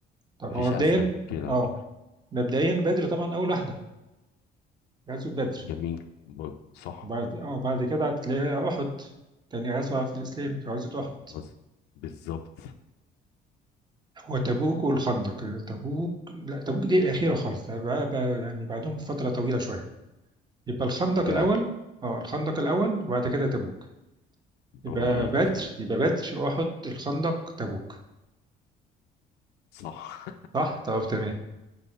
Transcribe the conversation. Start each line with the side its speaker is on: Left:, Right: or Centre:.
Right: طب
Left: مفيش
Right: هو مبدئيا
Left: أسهل من كده
Right: اه
Left: على فكرة
Right: مبدئيا بدر طبعا أول واحدة غزوة بدر
Left: جميل ب- صح
Right: وبعد اه وبعد كده هتلاقيها أحد تاني غزوة في الإسلام غزوة أحد
Left: مز- بالظبط
Right: هو تبوك والخندق تبوك لا تبوك دي الأخيرة خالص ده بقى بقى يعني بعدهم بفترة طويلة شوية يبقى الخندق
Left: فعلا
Right: الأول اه الخندق الأول وبعد كده تبوك
Left: برافو
Right: يبقى
Left: عليك
Right: بدر يبقى بدر أحد الخندق تبوك
Left: صح
Right: صح؟ طب تمام